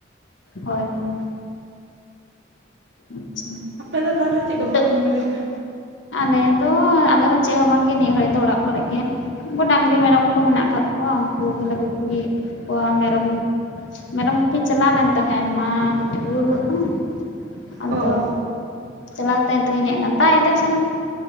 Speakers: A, on the left; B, on the right.
A: ᱦᱚᱭ ᱦᱚᱸ᱾ ᱟᱪᱪᱷᱟ
B: ᱟᱯᱮ ᱫᱚ ᱛᱟᱦᱚᱞᱮ ᱪᱮᱫ
A: ᱱᱤᱛᱚᱜ
B: ᱠᱚᱯᱮ ᱠᱟᱹᱢᱤ ᱵᱟᱲᱟᱭ ᱫᱟ?
A: ᱟᱞᱮ ᱫᱚᱸ ᱟᱞᱮ ᱦᱚᱸ ᱪᱮᱫ ᱦᱚᱸ ᱵᱟᱝ ᱜᱮ ᱱᱤᱭᱟᱹ ᱜᱷᱟᱹᱲᱤᱡ ᱫᱚ ᱚᱲᱟᱜ ᱠᱚᱨᱮ ᱜᱮ᱾ ᱩᱱᱠᱩ ᱰᱟᱝᱨᱤ, ᱢᱮᱨᱚᱢ ᱠᱚ ᱢᱮᱱᱟᱜ ᱠᱟᱫ ᱠᱚᱣᱟ ᱩᱱᱠᱩ ᱜᱮᱞᱮ ᱜᱩᱯᱤᱭᱮᱫ ᱠᱚᱣᱟ᱾ ᱢᱮᱨᱚᱢ ᱢᱮᱨᱚᱢ ᱜᱩᱯᱤᱧ ᱪᱟᱞᱟᱣ ᱞᱮᱱ ᱛᱟᱦᱮᱱ ᱢᱟ ᱠᱟᱹᱴᱤᱡ ᱨᱩ ᱨᱩᱣᱟᱹᱜ ᱠᱟᱱᱟᱭ᱾ ᱟᱫᱚ
B: ᱚ
A: ᱪᱟᱞᱟᱣ ᱠᱟᱛᱮ ᱱᱤᱛᱚᱜ ᱤᱧ ᱦᱮᱡ ᱮᱱᱟ ᱫᱟᱜ ᱮ ᱫᱟᱭ ᱥᱟᱨᱟ ᱫᱤᱱ᱾